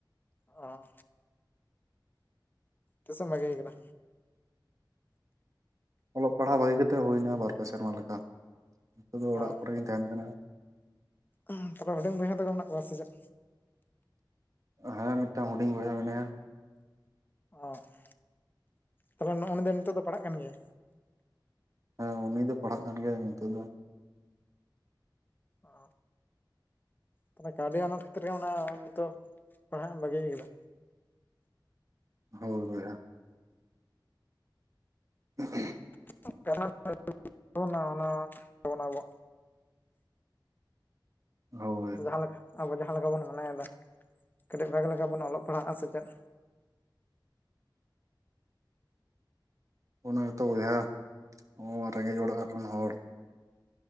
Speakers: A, on the left (about 25°); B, on the right (about 40°).
A: ᱚ ᱛᱤᱥ ᱮᱢ ᱵᱟᱹᱜᱤ ᱟᱠᱟᱱᱟ?
B: ᱚᱞᱚᱜ ᱯᱟᱲᱦᱟᱜ ᱵᱟᱹᱜᱤ ᱠᱟᱛᱮ ᱦᱩᱭᱱᱟ ᱵᱟᱨᱯᱮ ᱥᱮᱨᱢᱟ ᱞᱮᱠᱟ ᱱᱤᱛᱚᱜ ᱫᱚ ᱚᱲᱟᱜ
A: ᱚ
B: ᱠᱚᱨᱮ ᱜᱤᱧ ᱛᱟᱦᱮᱱ ᱠᱟᱱᱟ᱾
A: <unintelligible> ᱛᱚᱵᱮ ᱦᱩᱰᱤᱧ ᱵᱚᱭᱦᱟ ᱛᱟᱠᱚ ᱢᱮᱱᱟᱜ ᱠᱚᱣᱟ ᱥᱮ ᱪᱮᱫ
B: ᱦᱮᱸ ᱢᱤᱫᱴᱟᱝ ᱦᱩᱰᱤᱧ ᱵᱚᱭᱦᱟ ᱢᱮᱱᱟᱭᱟ᱾
A: ᱚ <unintelligible> ᱛᱚᱵᱮ ᱱᱚᱜ-ᱚ <unintelligible> ᱱᱤᱛᱚᱜ ᱫᱚ ᱯᱟᱲᱦᱟᱜ ᱠᱟᱱ ᱜᱮᱭᱟ
B: ᱦᱮᱸ ᱩᱱᱤ ᱫᱚ ᱯᱟᱲᱦᱟᱜ ᱠᱟᱱ ᱜᱮᱭᱟ ᱱᱤᱛᱚᱜ ᱫᱚ
A: <unintelligible> ᱛᱟᱦᱚᱞᱮ ᱠᱟᱹᱣᱰᱤ ᱟᱱᱟᱴ ᱠᱷᱟᱹᱛᱤᱨ ᱜᱮ ᱢᱟᱱᱮ ᱱᱤᱛᱚᱜ ᱯᱟᱲᱦᱟᱜ ᱮᱢ ᱵᱟᱹᱜᱤ ᱟᱠᱟᱫᱟ
B: ᱦᱳᱭ ᱵᱚᱭᱦᱟ <unintelligible>
A: <unintelligible> ᱚᱱᱟ ᱚᱱᱟ ᱚᱱᱟ ᱜᱮ
B: ᱦᱳᱭ
A: ᱡᱟᱦᱟᱸ ᱞᱮᱠᱟ ᱟᱵᱚ ᱡᱟᱦᱟᱸ ᱞᱮᱠᱟ ᱵᱚᱱ ᱢᱚᱱᱮᱭᱫᱟ <unintelligible> ᱠᱟᱹᱴᱤᱡ ᱵᱷᱟᱜᱤ ᱞᱮᱠᱟ ᱵᱩᱱ ᱚᱞᱚᱜ ᱯᱟᱲᱦᱟᱜ-ᱟ ᱥᱮ ᱪᱮᱫ
B: ᱚᱱᱟ ᱜᱮᱛᱚ ᱵᱚᱭᱦᱟ <unintelligible> <unintelligible> ᱨᱮᱸᱜᱮᱡᱽ ᱚᱲᱟᱜ ᱨᱮᱱ ᱦᱚᱲ